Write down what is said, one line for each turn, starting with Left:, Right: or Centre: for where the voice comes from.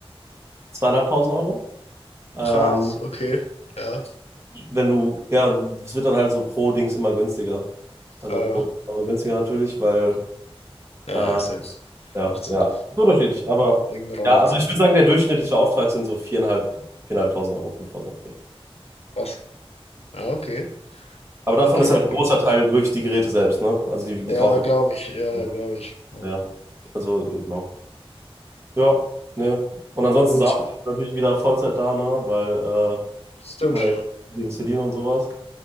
Right: zweieinhalbtausend Euro. Ähm,
Left: Krass, okay. Ja.
Right: wenn du, ja, es wird dann halt so pro Dings immer günstiger. Also
Left: Äh,
Right: pro, aber günstiger natürlich, weil
Left: ja,
Right: Äh,
Left: ja, selbst.
Right: ja,
Left: Macht Sinn.
Right: ja. Ist Unterschiedlich, aber
Left: Irgendein Rabatt.
Right: ja, also ich würde sagen, der durchschnittliche Auftrag sind so viereinhalb, viereinhalbtausend Euro, 5.000 Euro.
Left: Was? Ja, okay.
Right: Aber davon
Left: Okay,
Right: ist halt
Left: okay.
Right: ein großer Teil wirklich die Geräte selbst, ne? Also die, die
Left: Ja,
Right: kaufen
Left: glaube ich. Ja,
Right: wir.
Left: glaube ich. Ja.
Right: Ja. Also, äh, genau. Ja, ne. Und ansonsten
Left: Wild.
Right: Samuel ist natürlich wieder Vollzeit da, ne? Weil, äh,
Left: Stimmt.
Right: weil er wegen Celine und sowas.